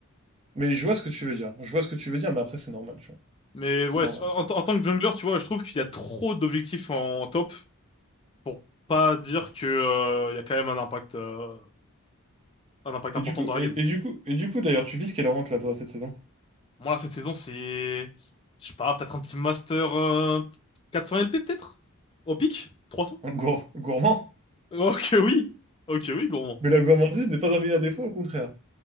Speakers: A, on the right; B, on the left.
A: Mais je vois ce que tu veux dire. Je vois ce que tu veux dire, mais après, c'est normal, tu vois.
B: Mais
A: C'est
B: ouais,
A: normal.
B: en, en tant que jungler, tu vois, je trouve qu'il y a trop d'objectifs en top pour pas dire que, euh, il y a quand même un impact, euh, un impact
A: Et
B: important
A: du coup,
B: dans la
A: et,
B: game.
A: et du coup, et du coup, d'ailleurs, tu vis quel rank là, toi, cette saison?
B: Moi, cette saison, c'est, je sais pas, peut-être un petit master euh, 400 LP, peut-être? Au pic? 300?
A: Gour- gourmand?
B: Oh que oui! Oh que oui, gourmand.
A: Mais la gourmandise n'est pas un meilleur défaut, au contraire.